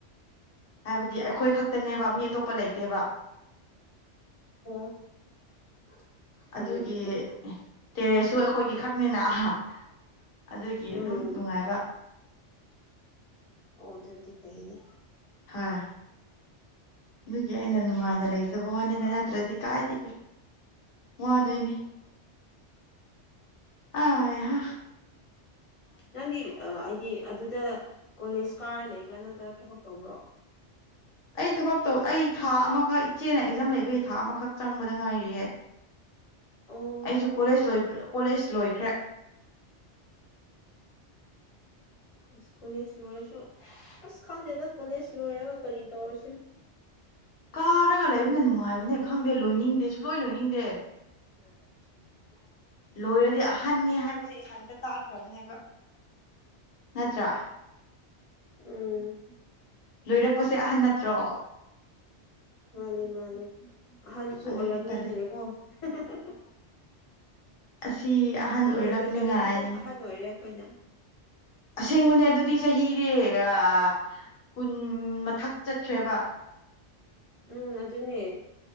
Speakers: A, on the left; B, on the left.
A: ꯍꯥꯏꯕꯗꯤ ꯑꯩꯈꯣꯏ ꯈꯛꯇꯅꯦꯕ ꯃꯤ ꯑꯇꯣꯞꯄ ꯂꯩꯇꯦꯕ
B: <inaudible> ꯐꯩꯅꯦ
A: ꯑꯗꯨꯒꯤ
B: ꯑꯗꯨꯗꯤ
A: ꯇꯦꯔꯦꯁꯁꯨ ꯑꯩꯈꯣꯏꯒꯤ ꯈꯛꯅꯤꯅ ꯑꯍꯥ ꯑꯗꯨꯒꯤ
B: ꯎꯝ
A: ꯑꯗꯨꯝ ꯅꯨꯡꯉꯥꯏꯕ꯫
B: ꯑꯣ ꯗꯨꯗꯤ ꯐꯩꯅꯦ꯫
A: ꯍꯥꯥ ꯑꯗꯨꯒꯤ ꯑꯩꯅ ꯅꯨꯡꯉꯥꯏꯅ ꯂꯩꯖꯕ ꯋꯥꯅꯤꯗ ꯅꯠꯇ꯭ꯔꯗꯤ ꯀꯥꯏꯗꯒꯤ ꯋꯥꯗꯨꯏꯅꯤ ꯑꯥꯏ ꯍꯥ
B: ꯅꯪꯒꯤ ꯑꯥ ꯑꯥꯏꯗꯤ ꯑꯗꯨꯗ ꯀꯣꯂꯦꯖ ꯀꯥꯔꯥ ꯂꯩꯕ꯭ꯔꯥ ꯅꯠꯇ꯭ꯔꯒ ꯊꯕꯛ ꯇꯧꯕ꯭ꯔꯣ?
A: ꯑꯩ ꯊꯕꯛ ꯇꯧ ꯑꯩ ꯊꯥ ꯑꯃꯈꯛ ꯏꯆꯦꯅ ꯑꯦꯛꯖꯥꯝ ꯂꯩꯕꯒꯤ ꯊꯥ ꯑꯃꯈꯛ ꯆꯪꯕꯗ ꯉꯥꯏꯔꯤꯌꯦ꯫
B: ꯑꯣ
A: ꯑꯩꯁꯨ ꯀꯣꯂꯦꯖ ꯀꯣꯂꯦꯖ ꯂꯣꯏꯈ꯭ꯔꯦ
B: <inaudible> ꯀꯣꯂꯦꯖ ꯂꯣꯏꯔꯁꯨ ꯑꯁ ꯈꯪꯗꯦꯗ ꯀꯣꯂꯦꯖ ꯂꯣꯏꯔꯒ ꯀꯔꯤ ꯇꯧꯔꯥꯁꯤꯔꯅꯣ
A: ꯀꯥꯔꯒ ꯂꯩꯕꯅ ꯅꯨꯡꯉꯥꯏꯕꯅꯦ ꯈꯪꯗꯦ ꯂꯣꯏꯅꯤꯡꯗꯦ ꯁꯨꯛꯂꯣꯏ ꯂꯣꯏꯅꯤꯡꯗꯦ
B: <inaudible> <unintelligible>
A: ꯂꯣꯏꯔꯗꯤ ꯑꯍꯟꯅꯦ ꯍꯥꯏꯕꯁꯦ ꯏꯊꯟꯇ ꯇꯥꯈ꯭ꯔꯥꯕꯅꯦꯕ꯫ ꯅꯠꯇ꯭ꯔꯥ
B: ꯎꯝ
A: ꯂꯣꯏꯔꯛꯄꯁꯦ ꯑꯍꯟ ꯅꯠꯇ꯭ꯔꯣ
B: ꯃꯥꯅꯦ-ꯃꯥꯅꯦ ꯑꯍꯟꯖꯨ
A: ꯑꯗꯨꯒꯤ
B: ꯑꯣꯏꯔꯛꯅꯤꯡꯗ꯭ꯔꯦꯀꯣ
A: ꯇꯜꯂꯤ
B: ꯍꯥ ꯍꯥ
A: ꯐꯤ ꯑꯍꯟ
B: ꯀꯣꯂꯦꯖ
A: ꯑꯣꯏꯔꯛꯅꯤꯉꯥꯏꯒꯤ
B: ꯂꯣꯏꯁꯜꯂꯗꯤ ꯑꯗꯨꯝ ꯑꯍꯟ ꯑꯣꯏꯔꯦ ꯑꯩꯈꯣꯏꯅ
A: ꯑꯁꯦꯡꯕꯅꯦ ꯑꯗꯨ ꯗꯤ ꯆꯍꯤꯗꯤ ꯌꯥ ꯀꯨꯟ ꯃꯊꯛ ꯆꯠꯈ꯭ꯔꯦꯕ꯫
B: ꯎꯝ ꯑꯗꯨꯅꯦ